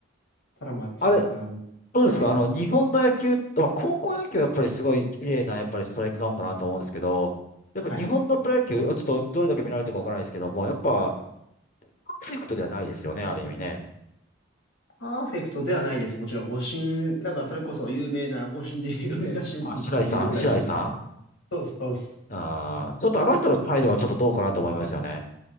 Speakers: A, on the left; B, on the left.
A: ただまあ時間。
B: あれ、どうですかあの、
A: はい。
B: 日本の野球、まあ高校野球はやっぱりすごい綺麗な、やっぱりストライクゾーンかなと思うんですけど、やっぱ日本のプロ野球、
A: はい
B: ちょっとどれだけ見られてるかわからないですけども、やっぱ、パーフェクトではないですよね、ある意味ね。
A: パーフェクトではないです。もちろん、誤審、なんかそれこそ有名な、誤審で <laughs> 有名な審判とかもいるぐらいな。
B: あ、白井さん白井さん
A: そうです、そうです。
B: あーちょっとあの人の態度はちょっとどうかなと思いますよね。